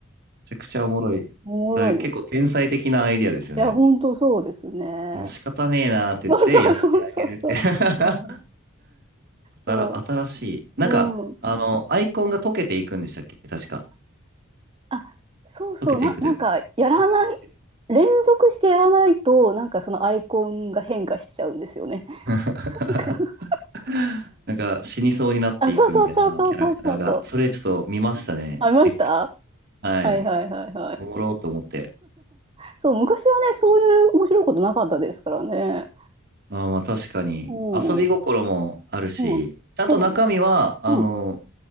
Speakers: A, on the right (about 45°); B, on the right (about 25°).
A: めちゃくちゃおもろい。
B: おもろいです。
A: それ結構天才的なアイディアですよね。
B: いや、ほんとそうですね。
A: もう仕方ねえなーって言ってやってあげるって
B: そうそうそうそうそう。
A: <laughs>
B: うんそ
A: 新新しい。なんか、
B: う、うん。
A: あの、アイコンが溶けていくんでしたっけ確か。
B: あ、そうそう、
A: 溶けていくというか、
B: な、なんか、
A: なんか顔変わっていく
B: やらない、連続してやらないと、なんかそのアイコンが変化しちゃうんですよね。
A: <laughs>
B: なんか
A: なんか死にそうになっていくみたいな、
B: あ、そうそうそうそうそうそうそう。
A: あのキャラクターが。それちょっと見ましたね。
B: ありました
A: X。はい。
B: はいはいはいはい。
A: おもろうと思って。
B: そう、昔はね、そういう面白いことなかったですからね。
A: あーまあ確かに。
B: うん、
A: 遊び心もあるし、
B: うん、
A: ちゃんと中身は、
B: そうなんです。
A: あの、
B: うん、